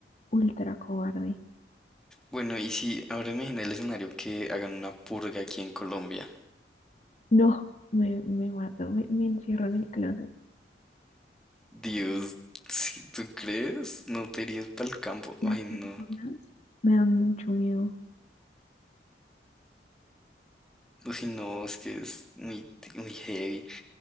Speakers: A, on the left; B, in the centre.
A: ultra cobarde.
B: Bueno, y si ahora imagina el escenario que hagan una purga aquí en Colombia.
A: No, me, me mato, me, me encierro en el closet.
B: Dios, si tú crees, no te irías para el campo.
A: Las
B: Ay,
A: personas
B: no.
A: me dan mucho miedo.
B: Ay, no, es que es muy, muy heavy.